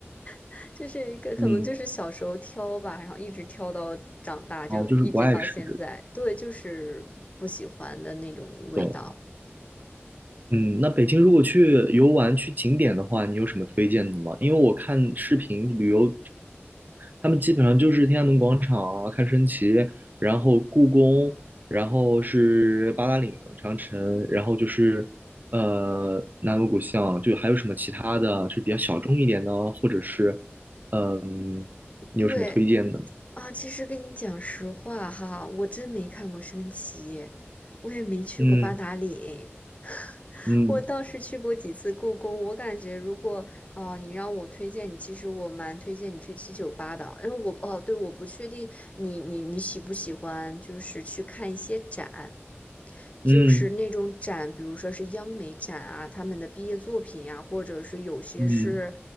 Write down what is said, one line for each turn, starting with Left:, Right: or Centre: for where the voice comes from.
Left: <laughs> 就是一个可能就是小时候挑吧，
Right: 嗯
Left: 然后一直挑到长大，就一直到现在，
Right: 哦，就是不爱吃这个，
Left: 对，就是不喜欢的那种味道。
Right: 懂了。嗯，那北京如果去游玩、去景点的话，你有什么推荐的吗？因为我看视频旅游，他们基本上就是天安门广场啊，看升旗，然后故宫，然后是八达岭长城，然后就是呃南锣鼓巷，就还有什么其他的啊，就是比较小众一点的啊，或者是嗯，你有什么推荐的？
Left: 对，啊，其实跟你讲实话哈，我真没看过升旗，我也没去过八达岭，
Right: 嗯
Left: <laughs>
Right: 嗯
Left: 我倒是去过几次故宫。我感觉如果啊、呃你让我推荐你，其实我蛮推荐你去七九八的，因为我哦，对，我不确定你你你喜不喜欢，就是去看一些展。就是那种展，
Right: 嗯
Left: 比如说是央美展啊，他们的毕业作品呀、或者是有些是，
Right: 嗯，